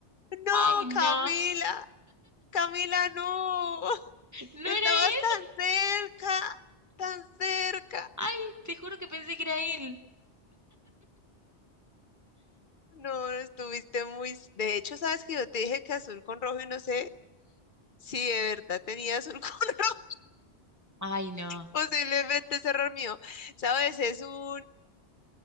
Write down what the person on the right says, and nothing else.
Ay, no,
no
era él.
Ay, te juro que pensé que era él.
Ay, no.